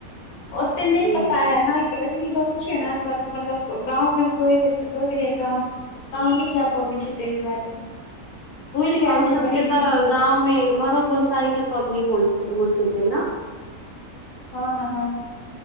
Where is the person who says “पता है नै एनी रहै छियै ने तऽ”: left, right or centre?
Left